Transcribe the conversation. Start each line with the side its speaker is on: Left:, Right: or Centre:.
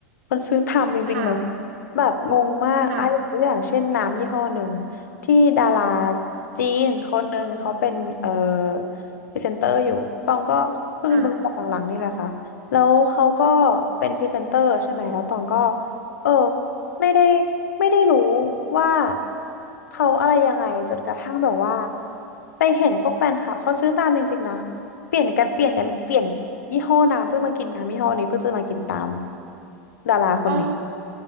Left: คนซื้อตามจริงๆเนาะ
Right: ค่ะ
Left: แบบงงมากไอ้ตัวอย่างเช่นน้ำยี่ห้อหนึ่ง
Right: ค่ะ
Left: ที่ดาราจีนคนหนึ่งเขาเป็นเอ่อพรีเซนเตอร์อยู่ตองก็เพิ่งจะมารู้จักหลังๆนี่แหละค่ะแล้วเขาก็
Right: ค่ะ
Left: เป็นพรีเซนเตอร์ใช่ไหมแล้วตองก็เออไม่ได้ไม่ได้รู้ว่าเขาอะไรยังไงจนกระทั่งแบบว่าไปเห็นพวกแฟนคลับเขาซื้อตามจริงๆนะ เปลี่ยนกันเปลี่ยนกันเปลี่ยนยี่ห้อน้ำเพื่อมากินน้ำยี่ห้อนี้เพื่อจะมากินตามดาราคนนี้
Right: อ๋อ